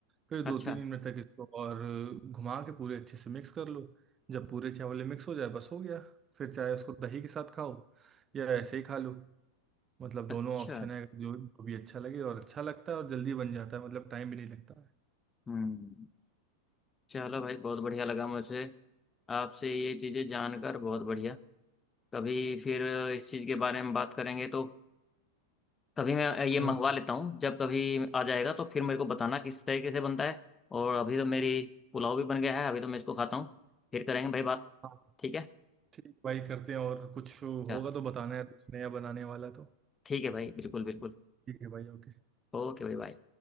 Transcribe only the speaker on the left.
अच्छा
अच्छा
हम्म चलो भाई बहुत बढ़िया लगा मुझे आपसे ये चीज़ें जानकर बहुत बढ़िया कभी फिर इस चीज़ के बारे में बात करेंगे तो तभी मैं ये
मंगवा लेता हूँ जब कभी आ जाएगा तो फिर मेरे को बताना किस तरीके से बनता है और अभी तो मेरी पुलाव भी बन गया है अभी तो मैं इसको खाता हूँ फिर करेंगे भाई बात
ठीक है
चलो
ठीक है भाई बिल्कुल बिल्कुल
ओके भाई बाय